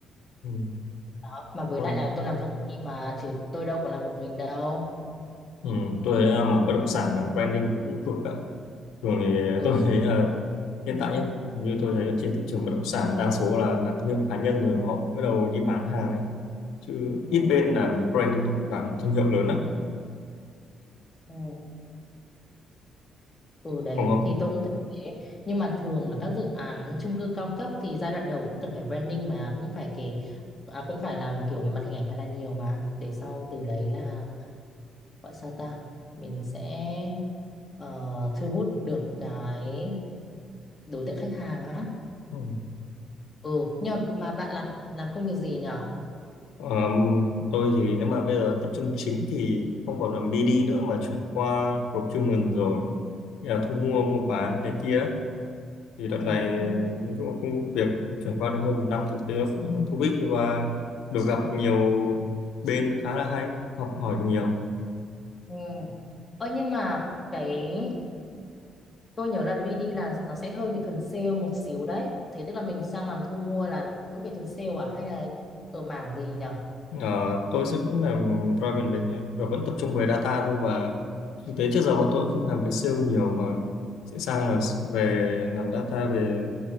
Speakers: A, on the left (about 85°); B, on the left (about 25°).
A: Ừ.
B: Đó. Mà với
A: Brand.
B: lại là tôi làm theo team mà chứ tôi đâu có làm một mình đâu.
A: Ừ. Tôi thấy là mảng bất động sản làm branding cũng cực ạ. Thường thì
B: Ừ.
A: tôi thấy là hiện tại nhé, như tôi thấy là trên thị trường bất động sản đa số là làm thương hiệu cá nhân rồi mà họ bắt đầu đi bán hàng ấy. Chứ
B: Ừ.
A: ít bên làm branding của cả một thương hiệu lớn lắm.
B: ừ. Ừ đấy
A: Còn mà
B: thì tôi cũng thấy thế nhưng mà thường là các dự án chung cư cao cấp thì giai đoạn đầu cũng cần phải branding mà cũng phải kể à, cũng phải làm kiểu về mặt hình ảnh khá là nhiều mà để sau từ đấy là gọi sao ta mình sẽ ờ, thu hút được cái đối tượng khách hàng á
A: ừ.
B: ừ nhưng mà, mà bạn làm làm công việc gì nhở
A: Ờ, tôi thì nếu mà bây giờ tập trung chính thì không còn làm BD nữa mà chuyển qua procurement rồi, Nghĩa là thu mua mua bán này kia. thì đợt
B: ừ,
A: này
B: không-
A: nói chung là công việc chuyển qua được hơn một năm thì thấy nó cũng thú vị và được gặp nhiều bên khá là hay học hỏi được nhiều
B: ừ. Ơ nhưng mà cái Tôi nhớ là BD là nó sẽ hơi bị thuần sale một xíu đấy. Thế tức là mình sang làm thu mua là cũng về thuần sale à? Hay là ở mảng gì nhở?
A: Ờ, tôi sẽ vẫn làm Raven về và vẫn tập trung về data thôi và thực tế trước giờ
B: Ừ.
A: bọn tôi cũng không làm về sale nhiều mà sẽ sang
B: Ừ.
A: là về làm data về